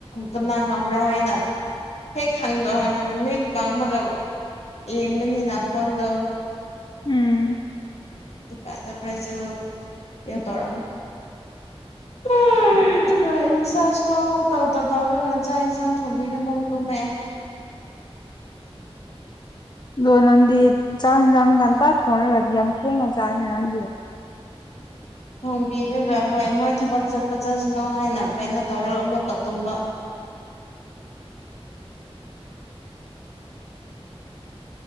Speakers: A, on the left; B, on the left.
A: ꯀꯅꯥ ꯉꯝꯕ꯭ꯔꯥ ꯍꯥꯏꯅ ꯍꯦꯛ ꯈꯪꯗꯣ ꯃꯤꯠ ꯄꯥꯡꯕꯒ ꯌꯦꯡꯕꯅꯤꯅ ꯐꯣꯟꯗꯣ
B: ꯎꯝ
A: ꯑꯗꯨ ꯀꯥꯟꯗ ꯕꯔꯖꯤꯜ ꯀꯩꯅꯣ ꯇꯧꯔꯝꯃꯦ ꯑ ꯑꯗꯨꯒ ꯑꯩꯖꯦ ꯆꯔꯁꯀꯣ ꯇꯧ ꯇꯧ ꯇꯧꯔꯒ ꯆꯥꯛ ꯏꯟꯁꯥꯡ ꯊꯣꯝꯕꯤꯔꯝꯃꯒ ꯇꯨꯝꯃꯦ
B: ꯑꯗꯣ ꯅꯪꯗꯤ ꯆꯥꯛ ꯌꯦꯟꯁꯥꯡ ꯉꯟꯇꯥ ꯊꯣꯡꯔꯒ ꯌꯥꯝ ꯊꯦꯡꯅ ꯆꯥꯏꯅꯦ ꯅꯪꯗꯤ
A: <unintelligible> ꯊꯣꯡꯕꯤꯔꯒ ꯍꯣꯏ ꯃꯣꯏ ꯊꯕꯛ ꯆꯠꯄ ꯆꯠꯁꯅꯨ ꯍꯥꯏꯅ ꯀꯩꯅꯣ ꯇꯧꯔꯒ ꯑꯃꯨꯛꯀ ꯇꯨꯝꯕ